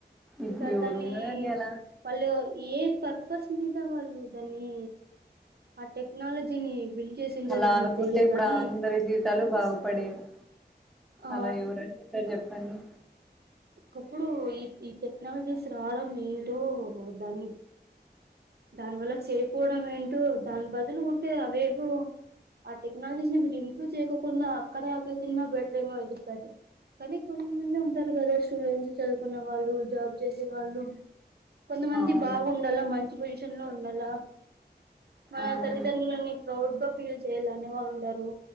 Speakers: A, in the centre; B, on the right (about 65°).
A: ఇప్పుడు
B: ఇంకా
A: ఎవరు
B: దాన్ని
A: ఉన్నారండి అలా
B: వాళ్ళు ఏ పర్పస్ మీద వాళ్ళు దాన్ని ఆ టెక్నాలజీని బిల్డ్ చేసింటారేమో
A: అలా అనుకుంటే
B: తెలియదు
A: ఇప్పుడు
B: కానీ
A: అందరి జీవితాలు బాగుపడేవి
B: ఆ
A: అలా ఎవరుషస్తారు చెప్పండి
B: ఒకప్పుడు ఈ ఈ టెక్నాలజీస్ రావడం ఏంటో దాని దాని వల్ల చేయపోవడం ఏంటో దాని బదులు ఉంటే అవేవో ఆ టెక్నాలజీస్ ని మీరు ఇంప్రూవ్ చేయకోకుండా అక్కడే అక్కడ తిన్నా బెటర్ ఏమో సారి కానీ కొంత మంది ఉంటారు కదా స్టూడెంట్స్ చదువుకున్న వాళ్ళు జాబ్ చేసే చాలు కొంతమంది
A: అవునా
B: బాగుండాల మంచి పొజిషన్ లో ఉండాల మన
A: అవును
B: తల్లిదండ్రులని ప్రౌడ్ గా ఫీల్ చేయాల అనే వాళ్ళు ఉండరు